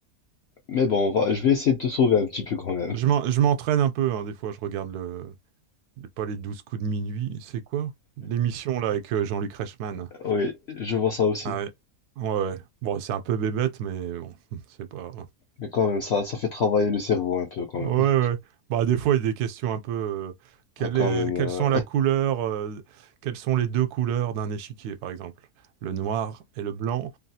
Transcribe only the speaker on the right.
Je
m'en- je m'entraîne un peu, hein, des fois, je regarde le, Les- Pas les 12 coups de minuit, c'est quoi? L'émission là avec euh, Jean-Luc Reichmann.
Ah ouais. Ouais, ouais. Bon, c'est un peu bébête, mais bon, <laughs> c'est pas.
Ouais,
ouais. Bah, des fois, il y a des questions un peu. euh, quelle
est-
Quelles
sont la couleur, euh, quelles sont les deux couleurs d'un échiquier, par exemple? Le noir et le blanc,